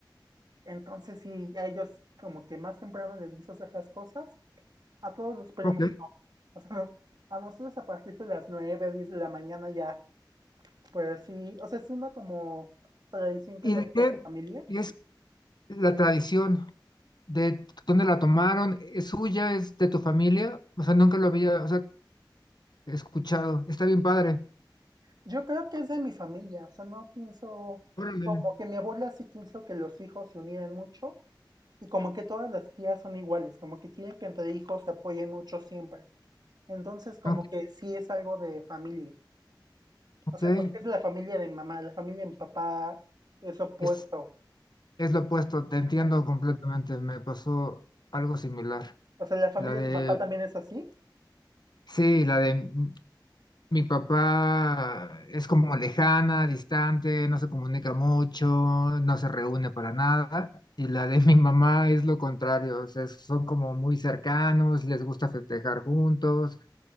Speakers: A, on the right (about 55°); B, on the left (about 60°).
A: Entonces, sí, a ellos como que más temprano les gusta hacer las cosas. A todos los primos,
B: Ok.
A: O sea, nos- a nosotros a partir de las 9 10 de la mañana ya, pues sí, o sea, es una como tradición que
B: ¿Y
A: tenemos
B: de qué
A: en familia.
B: es la tradición? ¿De dónde la tomaron? ¿Es suya? ¿Es de tu familia? O sea, nunca lo había, o sea, escuchado. Está bien padre.
A: Yo creo que es de mi familia, o sea, no pienso,
B: Órale.
A: como que mi abuela sí quiso que los hijos se unieran mucho y como que todas las tías son iguales, como que quieren que entre hijos se apoyen mucho siempre. Entonces, como
B: Ok.
A: que sí es algo de familia.
B: ok.
A: O sea, porque es la familia de mi mamá, la familia de mi papá es opuesto.
B: Es, es lo opuesto, te entiendo
A: Ah,
B: completamente. Me pasó algo similar.
A: O sea, la familia
B: La de,
A: de tu papá también es así.
B: sí, la de Mi papá es como lejana, distante, no se comunica mucho, no se reúne para nada. Y la de mi mamá es lo contrario, o sea, son como muy cercanos, les gusta festejar juntos,